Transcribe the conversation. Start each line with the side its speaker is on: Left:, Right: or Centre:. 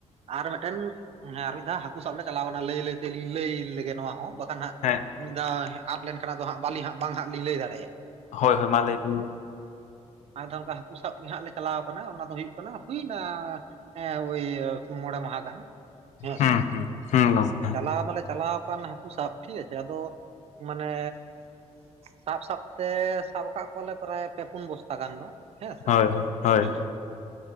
Right: ᱟᱨ ᱢᱤᱫᱴᱮᱱ ᱦᱮᱸ ᱟᱨ ᱢᱤᱫ ᱫᱷᱟᱣ ᱦᱟᱹᱠᱩ ᱥᱟᱵᱞᱮ ᱪᱟᱞᱟᱣᱱᱟ ᱞᱟᱹᱭ ᱞᱟᱹᱭ ᱛᱮᱞᱤᱧ ᱞᱟᱹᱭᱞᱮᱜᱮ ᱱᱚᱣᱟ ᱦᱚᱸ ᱵᱟᱠᱷᱟᱱ ᱦᱟᱜ
Left: ᱦᱮᱸ
Right: ᱢᱤᱛᱫᱷᱟᱶ ᱟᱫ ᱞᱮᱱᱠᱷᱟᱱ ᱫᱚ ᱦᱟᱸᱜ ᱵᱟᱹᱞᱤᱧ ᱦᱟᱜ ᱵᱟᱝ ᱦᱟᱸᱜ ᱞᱤᱧ ᱞᱟᱹᱭ ᱫᱟᱲᱮᱭᱟᱜᱼᱟ
Left: ᱦᱳᱭ ᱦᱳᱭ ᱢᱟ ᱞᱟᱹᱭ ᱵᱥᱱ ᱢᱟ
Right: ᱟᱨᱫᱷᱟᱶ ᱚᱱᱠᱟ ᱦᱟᱹᱠᱩ ᱥᱟᱵ ᱦᱟᱸᱜ ᱞᱮ ᱪᱟᱞᱟᱣ ᱠᱟᱱᱟ ᱚᱱᱟ ᱫᱚ ᱦᱩᱭᱩᱜ ᱠᱟᱱᱟ ᱦᱩᱭᱮᱱᱟ ᱦᱮᱸ ᱦᱳᱭ ᱢᱚᱬᱮ ᱢᱟᱦᱟ ᱜᱟᱱ ᱦᱮᱸ
Left: ᱦᱩᱸ
Right: ᱥᱮ
Left: ᱦᱩᱸ ᱦᱩᱸ ᱜᱚᱝᱠᱮ
Right: ᱪᱟᱞᱟᱣ ᱢᱟᱞᱮ ᱪᱟᱞᱟᱣ ᱟᱠᱟᱱ ᱦᱟᱹᱠᱩ ᱥᱟᱵ ᱴᱷᱤᱠ ᱟᱪᱷᱮ <unintelligible> ᱟᱫᱚ ᱢᱟᱱᱮ ᱥᱟᱵ ᱥᱟᱵ ᱛᱮ ᱥᱟᱵ ᱟᱠᱟᱫ ᱠᱚᱣᱟᱞᱮ ᱯᱮᱨᱟᱭ ᱯᱮ ᱯᱩᱱ ᱵᱚᱥᱛᱟ ᱜᱟᱱ ᱫᱚ ᱦᱮᱸᱥᱮ
Left: ᱦᱳᱭ ᱦᱳᱭ ᱦᱳᱭ
Right: ᱦᱮᱸ ᱦᱟ